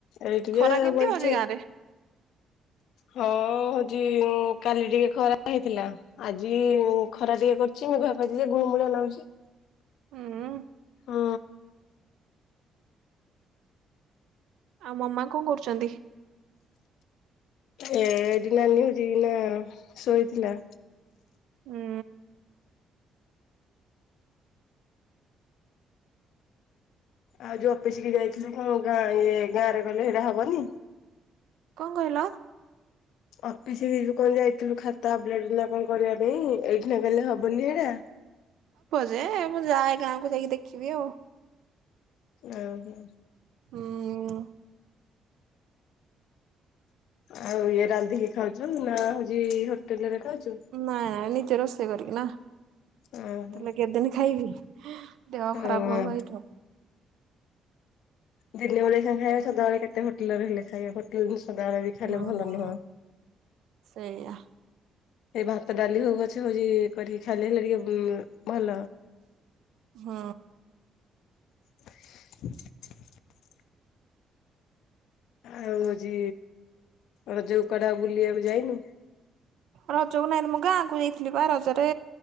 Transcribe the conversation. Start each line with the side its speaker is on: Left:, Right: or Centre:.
Left: ଏଇ ଟିକେ
Right: ଖରା କେମିତି
Left: ବଇଚି।
Right: ହଉଛି ଗାଁ ରେ?
Left: ହଁ ହଉଛି କାଲି ଟିକେ ଖରା ହେଇଥିଲା ଆଜି ଖରା ଟିକେ କରିଛି। ମେଘୁଆ କରିଚି ଗୁଲୁମୁଳିଆ ନାଉଛି।
Right: ହୁଁ।
Left: ହୁଁ
Right: ଆଉ ମମା କଣ କରୁଛନ୍ତି?
Left: ଏ ଏଇଠି ନାନୀ ହଉଛି କିନା ଶୋଇଥିଲା।
Right: ହୁଁ।
Left: ଆଉ ଯୋଉ ଅଫିସିକି ଯାଇଥିଲେ କଣ ଗାଁ ଇଏ ଗାଁ ରେ କହିଲେ ସେଇଟା ହବନି।
Right: କଣ କହିଲ?
Left: ଅଫିସ କୁ ଯୋଉ କଣ ଯାଇଥିଲୁ ଖାତା ଆପଡେଟ ନା କଣ କରିବା ପାଇଁ ଏଇଠି- ନା କହିଲେ ହବନି ଏଟା।
Right: ରେ ମୁଁ ଯାଏ ଗାଁକୁ ଯାଇକି ଦେଖିବି ଆଉ।
Left: ଓ ହୋ।
Right: ହୁଁ।
Left: ଆଉ ଇଏ ରାନ୍ଧିକି ଖାଉଛ ନା ହଉଛି ହୋଟେଲରେ? ଖାଉଛୁ?
Right: ନାଁ ନିଜେ ରୋଷେଇ କରିକି ନା ହୋଟେଲ
Left: ଓହୋ
Right: ରେ କେଦିନ ଖାଇବି। ଦେହ
Left: ହଁ।
Right: ଖରାପ ହବ ଭ ଏ ତ।
Left: ଦିନ ବେଳିକା ଖାଇବା ସଦାବେଳେ କେତେ ହୋଟେଲେ ରେ ହେଲେ ଖାଇବା ହୋଟଲେ ସଦାବେଳେ ବି ଖାଇଲେ
Right: ହୁଁ
Left: ଭଲ ନୁହଁ।
Right: ସେଇଆ
Left: ଏଇ ଭାତ ଡାଲି ହଉ ପଛେ ହଉଛି କରିକି ଖାଇଲେ ହେଲେ ଟିକେ। ଭଲ।
Right: ହୁଁ।
Left: <inaudible> ଆଉ ହଉଛି ରଜକୁ କୁଆଡେଆଉ ବୁଲିବାକୁ ଯାଇନୁ?
Right: ରଜକୁ ନାହିଁ ମୁଁ ଗାଁ କୁ ଯାଇଥିଲି ବା ରଜରେ